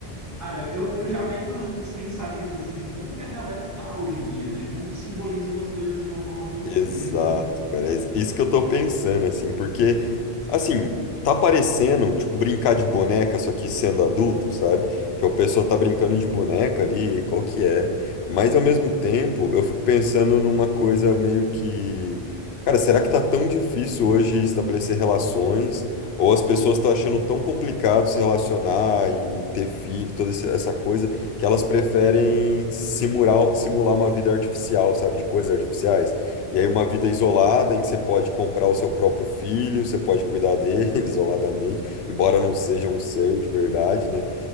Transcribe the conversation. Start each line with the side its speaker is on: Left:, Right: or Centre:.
Right: Cara, eu, eu já venho uma- uns pensamentos assim de como que a galera tá hoje em dia, né? Como que simboliza umas coisas de uma forma tão estranha,
Left: Exato,
Right: né?
Left: cara. É isso que eu tô pensando, assim, porque, assim, tá parecendo, tipo, brincar de boneca, só que sendo adulto, sabe? Tipo, a pessoa tá brincando de boneca ali, qual que é? Mas, ao mesmo tempo, eu fico pensando numa coisa meio que. Cara, será que tá tão difícil hoje estabelecer relações? Ou as pessoas estão achando tão complicado se relacionar e ter filho, toda esse- essa coisa, que elas preferem simular, simular uma vida artificial, sabe? De coisas artificiais? E aí uma vida isolada em que você pode comprar o seu próprio filho, você pode cuidar dele <laughs> isoladamente, embora não seja um ser de verdade, né?